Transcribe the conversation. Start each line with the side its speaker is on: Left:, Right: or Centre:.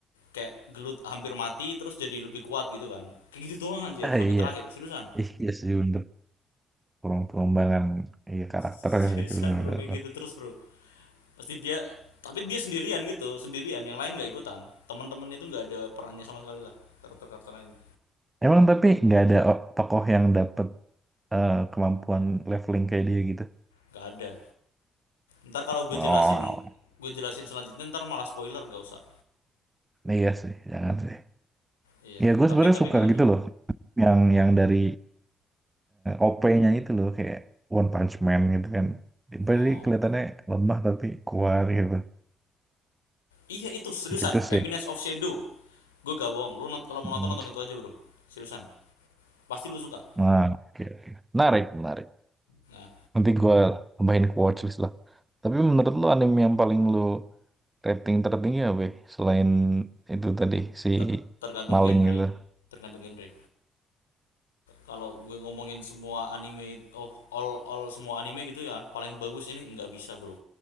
Left: kayak gelut hampir mati, terus jadi lebih kuat gitu kan. Kayak gitu doang anjir
Right: Ah
Left: sampai
Right: iya,
Left: terakhir seriusan.
Right: ih iya sih bener. kurang pengembangan iya karakternya
Left: seriusan
Right: sih benar-benar.
Left: bro kayak gitu terus bro pasti dia tapi dia sendirian gitu sendirian yang lain nggak ikutan teman-teman itu nggak ada perannya sama sekali lah karakter karakter ini
Right: Emang tapi nggak ada o- tokoh yang dapet eh, kemampuan leveling kayak dia gitu.
Left: nggak ada ntar kalau gue
Right: Wow,
Left: jelasin gue jelasin selanjutnya ntar malah spoiler gak usah
Right: iya sih, jangan sih.
Left: iya
Right: Ya gue
Left: tapi
Right: sebenarnya
Left: tapi
Right: suka
Left: nggak ada
Right: gitu loh, yang yang dari OP-nya itu loh kayak One Punch Man gitu kan. Dia Pasti
Left: oh
Right: kelihatannya lemah tapi kuat gitu.
Left: iya itu seriusan
Right: gitu sih.
Left: Eminence of Shadow gue gak bohong lu nont- kalau mau
Right: Hmm.
Left: nonton nonton itu aja bro seriusan pasti lu suka
Right: Nah, oke. oke. Menarik, menarik.
Left: nah
Right: Nanti gue tambahin ke watchlist lah. Tapi menurut lo anime yang paling lo rating tertinggi apa? ya? Selain itu tadi si
Left: ter- tergantung
Right: maling
Left: genre
Right: itu.
Left: tergantung genre kalau gue ngomongin semua anime oh all all semua anime gitu ya paling bagus ini nggak bisa bro